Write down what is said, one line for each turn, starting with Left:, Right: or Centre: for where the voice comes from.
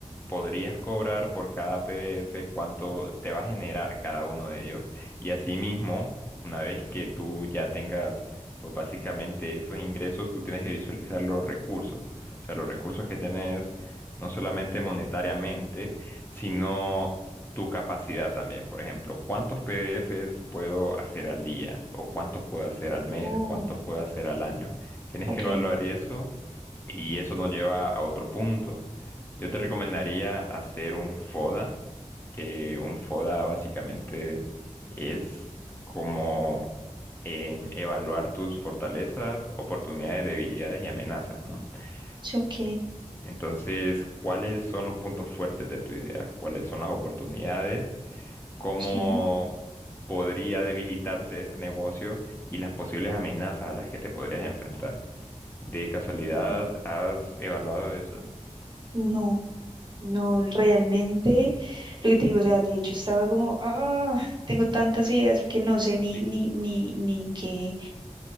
Left: podrías cobrar por cada PDF, cuánto te va a generar cada uno de ellos. Y asimismo, una vez que tú ya tengas, pues básicamente esos ingresos, tú tienes que visualizar los recursos. O sea, los recursos que tienes no solamente monetariamente, sino tu capacidad también. Por ejemplo, ¿cuántos PDFs puedo hacer al día? ¿O cuántos puedo hacer al mes?
Right: Oh,
Left: ¿Cuántos puedo hacer al año? Tienes
Right: ok.
Left: que evaluar eso y eso nos lleva a otro punto. Yo
Right: ujú,
Left: te recomendaría hacer un FODA, que un FODA básicamente es como em, evaluar tus fortalezas, oportunidades, debilidades y amenazas, ¿no?
Right: sí, ok,
Left: Sí. Entonces, ¿cuáles son los puntos fuertes de tu idea? ¿Cuáles son las oportunidades? cómo
Right: sí.
Left: podría debilitarse este negocio y las posibles amenazas a las que te podrías enfrentar. ¿De casualidad
Right: ujú.
Left: has evaluado eso?
Right: No. No, realmente, lo que te digo, o sea, de hecho estaba como, ah, tengo tantas ideas que no sé ni,
Left: Sí,
Right: ni, ni, ni qué,